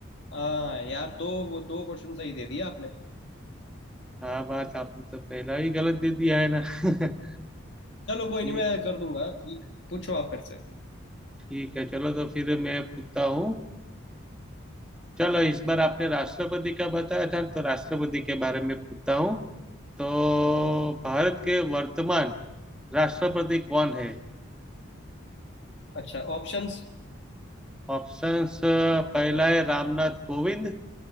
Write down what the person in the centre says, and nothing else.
हाँ बात आपने तो पहला ही गलत दे दिया है ना <laughs>
ठीक
ठीक है चलो तो फिर मैं पूछता हूँ चलो इस बार आपने राष्ट्रपति का बताया था तो राष्ट्रपति के बारे में पूछता हूँ तो भारत के वर्तमान राष्ट्रपति कौन है
ऑप्शंस अ, पहला है रामनाथ कोविंद